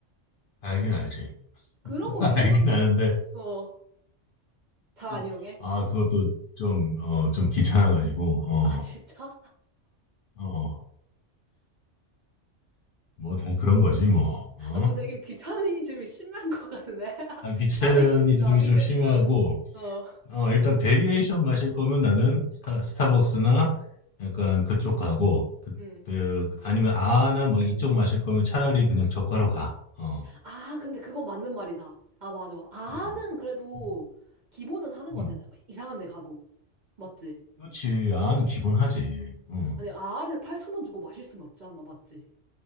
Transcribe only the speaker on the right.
그런
거
이용하면,
어, 잘
안 이용해?
아, 진짜?
아, 너 되게 귀차니즘이 심한 것 같은데. <laughs>
남이, 남이
게,
어... 어,
음.
아, 근데 그건 맞는 말이다. 아, 맞아. 아는
그래도
기본은 하는 것
같아. 이상한 데 가도. 맞지?
아니, 아를 8천 원 주고 마실 순 없잖아. 맞지?